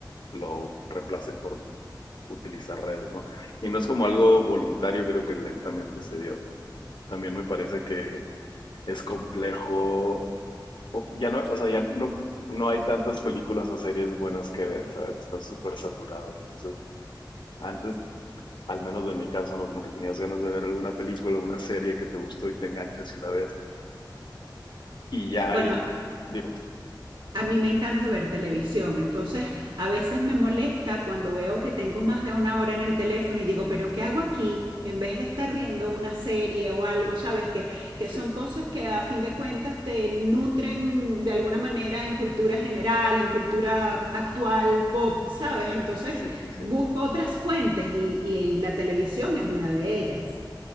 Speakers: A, on the left; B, on the right.
A: lo reemplacé por utilizar redes, ¿no? Y no es como algo voluntario, creo que lentamente se dio. También me parece que es complejo, o ya no, o sea, ya no, no hay tantas películas o series buenas que ver, ¿sabes? Está súper saturado, entonces... Antes al menos en mi caso, ¿no? Como que tenías ganas de ver alguna película, una serie que te gustó y te enganchas y la ves. Y ya
B: Bueno,
A: ahí, dime,
B: A mí me encanta ver televisión, entonces a veces me molesta cuando veo que tengo más de una hora en el teléfono y digo, pero ¿qué hago aquí? En vez de estar viendo una serie o algo, ¿sabes? Que, que
A: sí,
B: son cosas que a fin de cuentas te nutren de alguna manera en cultura general, en cultura actual, pop, ¿sabes? Entonces
A: sí, sí, sí.
B: busco otras fuentes y, y- y la televisión es una de ellas.